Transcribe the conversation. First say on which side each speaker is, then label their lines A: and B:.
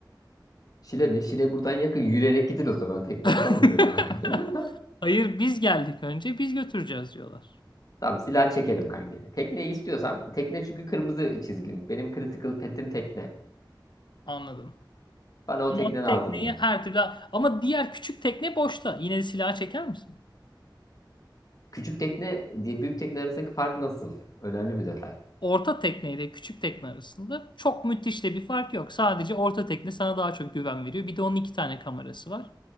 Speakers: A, on the left; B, on the left.
A: Şile mi? Şile buradan yakın. Yürüyerek gider o zaman. Tekneyi
B: <laughs>
A: salın derim abi. <laughs>
B: Hayır biz geldik önce biz götüreceğiz diyorlar.
A: Tamam silah çekerim kanka. Tekneyi istiyorsam tekne çünkü kırmızı çizgim. Benim critical pet'im tekne.
B: Anladım.
A: Bana o
B: Ama
A: tekne
B: o tekneyi
A: lazım aga.
B: her türlü ama diğer küçük tekne boşta. Yine de silahı çeker misin?
A: Küçük tekne diye büyük tekne arasındaki fark nasıl? Önemli bir detay.
B: Orta tekne ile küçük tekne arasında çok müthiş de bir fark yok. Sadece orta tekne sana daha çok güven veriyor. Bir de onun iki tane kamerası var.